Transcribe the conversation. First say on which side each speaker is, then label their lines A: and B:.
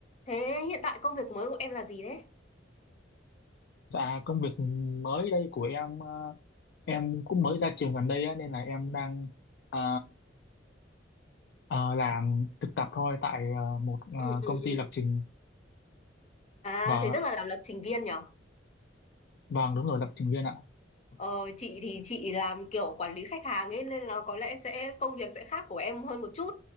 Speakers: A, on the left; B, on the left.
A: Thế hiện tại công việc mới của em là gì đấy?
B: Dạ công việc mới đây của em ờ, em cũng mới ra trường gần đây á, nên là em đang ờ, ờ, làm thực tập thôi tại ờ, một ờ,
A: Ừ ừ
B: công
A: ừ.
B: ty lập trình
A: À
B: và
A: thế tức là làm lập trình viên nhở?
B: vâng đúng rồi lập trình viên ạ.
A: Ờ chị thì chị làm kiểu quản lý khách hàng ấy nên là có lẽ sẽ công việc sẽ khác của em hơn một chút.